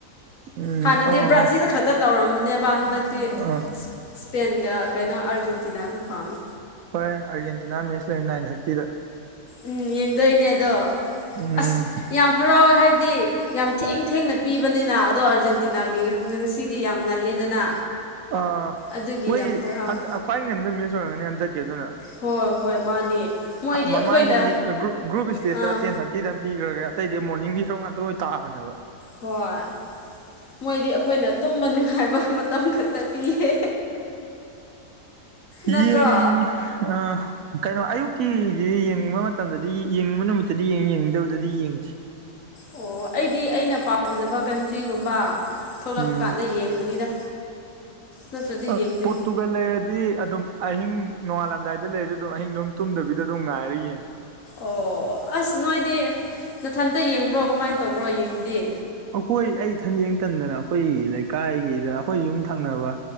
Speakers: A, on the right; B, on the left.
A: ꯎꯝ
B: ꯍꯥꯟꯅꯗꯤ
A: ꯑꯥ
B: ꯕ꯭ꯔꯥꯖꯤꯜ ꯈꯛ ꯗ ꯇꯧꯔꯝꯕꯅꯦꯕ ꯍꯟꯗꯛꯇꯤ
A: ꯑꯥ
B: ꯁ꯭ꯄꯦꯟꯒ ꯀꯩꯅꯣ ꯑꯥꯔꯖꯦꯟꯇꯤꯅ ꯄꯥꯝꯃꯤ
A: ꯍꯣꯏ ꯑꯥꯔꯖꯦꯟꯇꯤꯅꯥ ꯃꯦꯠꯆ ꯂꯩ ꯅꯥꯏꯟ ꯊꯔꯇꯤꯗ
B: ꯎꯝ ꯌꯦꯡꯗꯣꯏꯅꯦ ꯑꯗꯣ
A: ꯎꯝ
B: ꯑꯁ ꯌꯥꯝ ꯍꯔꯥꯎꯋꯦ ꯍꯥꯏꯕꯗꯤ ꯌꯥꯝ ꯊꯦꯡ ꯊꯦꯡꯅ ꯄꯤꯕꯅꯤꯅ ꯑꯗꯣ ꯑꯥꯔꯖꯦꯟꯇꯤꯅꯥꯒꯤ ꯉꯁꯤꯗꯤ ꯌꯥꯝ ꯉꯜꯂꯦꯗꯅ
A: ꯑ
B: ꯑꯗꯨꯒꯤ
A: ꯃꯣꯏꯒꯤ
B: ꯌꯥꯝ ꯍꯔꯥꯎꯋꯦ
A: ꯍꯟꯗꯛ ꯈ꯭ꯋꯥꯏ ꯉꯟꯕ ꯃꯦꯁ ꯑꯣꯏꯔꯝꯒꯅꯤ ꯍꯟꯗꯛꯀꯤ ꯑꯗꯨꯅ
B: ꯍꯣꯏ ꯍꯣꯏ ꯃꯥꯅꯦ ꯃꯣꯏꯗꯤ
A: ꯃꯃꯥꯡꯒꯤ
B: ꯑꯩꯈꯣꯏꯅ
A: ꯂꯤꯛ ꯒꯔꯨ-ꯒ꯭ꯔꯨꯞ ꯏꯁꯇ꯭ ꯦꯖꯇ
B: ꯑꯥ
A: ꯇꯦꯟ ꯊꯔꯠ ꯇꯤꯗ ꯑꯃ ꯄꯤꯒꯔ꯭ꯒꯦ ꯑꯇꯩꯗꯤ ꯃꯣꯔꯅꯤꯡꯒꯤ ꯁꯔꯨꯛ ꯉꯥꯛꯇ ꯑꯣꯏ ꯇꯥꯕꯅꯦꯕ
B: ꯍꯣꯏ ꯃꯣꯏꯗꯤ ꯑꯩꯈꯣꯏꯅ ꯇꯨꯝꯕ ꯅꯨꯡꯉꯥꯏꯕ ꯃꯇꯝ ꯈꯛꯇ ꯄꯤꯌꯦ ꯅꯠꯇ꯭ꯔꯣ
A: ꯌꯦꯡ <unintelligible> ꯀꯩꯅꯣ ꯑꯌꯨꯛꯀꯤꯗꯤ ꯌꯦꯡꯅꯤꯡꯕ ꯃꯇꯝꯗꯗꯤ ꯌꯦꯡꯅꯤꯡꯕ ꯅꯨꯃꯤꯠꯇꯗꯤ ꯌꯦꯡꯏ ꯌꯦꯡꯅꯤꯡꯗꯕꯗꯗꯤ ꯌꯦꯡꯗꯦ
B: ꯑꯣ ꯑꯩꯗꯤ ꯑꯩꯅ ꯄꯥꯝꯖꯕ ꯀꯟꯇ꯭ꯔꯤꯒꯨꯝꯕ ꯊꯣꯛꯂꯛꯄ
A: ꯎꯝ
B: ꯀꯥꯟꯗ ꯌꯦꯡꯕꯅꯤꯗ ꯅꯠꯇ꯭ꯔꯗꯤ
A: ꯑ
B: ꯌꯦꯡꯗꯦ
A: ꯄꯣꯠꯇꯨ ꯑꯗꯨꯒ ꯂꯩꯔꯗꯤ ꯑꯗꯨꯝ ꯑꯍꯤꯡ ꯅꯣꯡꯉꯥꯜꯂꯝꯗꯥꯏꯗ ꯂꯩꯔꯁꯨ ꯗꯨꯝ ꯑꯍꯤꯡ ꯗꯨꯝ ꯇꯨꯝꯗꯕꯤꯗ ꯗꯨꯝ ꯉꯥꯏꯔ ꯌꯦꯡꯉꯦ
B: ꯑꯣ ꯑꯁ ꯅꯣꯏꯗꯤ ꯃꯊꯟꯇ ꯌꯦꯡꯕ꯭ꯔꯣ ꯀꯃꯥꯏꯅ ꯇꯧꯕ꯭ꯔꯣ ꯌꯦꯡꯗꯤ
A: ꯑꯩꯈꯣꯏ ꯑꯩ ꯏꯊꯟ ꯌꯦꯡ ꯇꯟꯗꯅ ꯑꯩꯈꯣꯏ ꯂꯩꯀꯥꯏꯒꯤꯗ ꯑꯩꯈꯣꯏ ꯌꯨꯝ ꯊꯪꯅꯕ